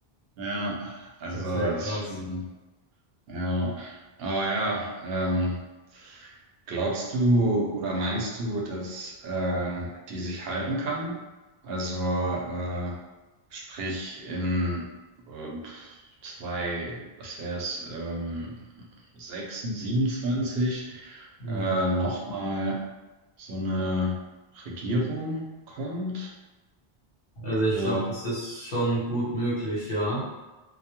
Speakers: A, on the right; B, on the left.
A: ja, also
B: Das wäre
A: es
B: krass.
A: ist schon. Ja, aber ja, ähm, glaubst du oder meinst du, dass äh, die sich halten kann? Also äh, sprich in äh, pf, zwei, was wäre es, ähm, 6, 27
B: Mhm.
A: äh, nochmal so eine Regierung kommt?
B: Also
A: Oder
B: ich glaube, das ist schon gut möglich, ja.